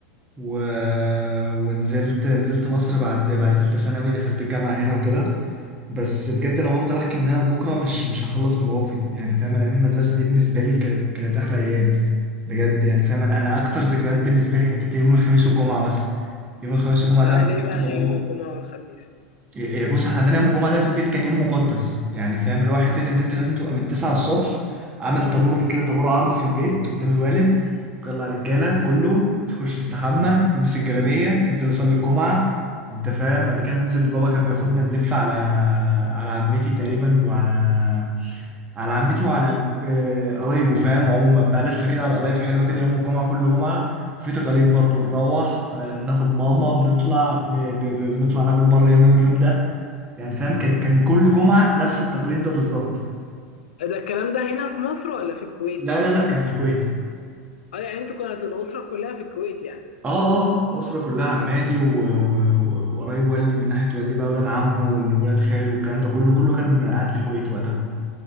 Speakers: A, on the right (about 20°); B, on the left (about 60°).
A: و... ونزلت نزلت مصر بعد بعد تالتة ثانوي دخلت الجامعه هنا وكده بس بجد لو هفضل احكي من هنا لبكره مش مش هخلص من مواقفي يعني فاهم انا ايام المدرسه دي بالنسبه لي كانت كانت احلى ايام بجد يعني فاهم انا انا اكتر ذكريات بالنسبه لي حته يوم الخميس والجمعه مثلا يوم الخميس والجمعه
B: آه
A: ده انا
B: ليه
A: كنت
B: بقى
A: بروح
B: يوم الجمعة والخميس؟
A: إيه، بص احنا عندنا يوم الجمعة ده في البيت كان يوم مقدس يعني فاهم اللي هو حتة ان انت لازم تبقى من 9 الصبح عامل طابور كده طابور عرض في البيت قدام الوالد يلا يا رجالة كله تخش يستحمى يلبس الجلابية ينزل يصلي الجمعة انت فاهم بعد كده ننزل بابا كان بياخدنا نلف على على عمتي تقريبا وعلى على عمتي وعلى آه، قرايبه فاهم عموما بقى لفة كده على قرايب حلوة كده يوم الجمعة كل جمعة وفي تقاليد برضو نروح آه، ناخد ماما بنطلع بن... ب... ب... بنطلع ناكل بره يوم اليوم ده يعني فاهم كان كان كل جمعة نفس التقليد ده بالظبط
B: ده الكلام ده هنا في مصر ولا في الكويت؟
A: لا لا لا كان في الكويت
B: اه يعني انتوا كانت الأسرة كلها في الكويت يعني
A: اه اه آه، الأسرة كلها عماتي و- و- و- وقرايب والدي من ناحية والدي بقى ولاد عمه وولاد خاله والكلام ده كله كله كان قاعد في الكويت وقتها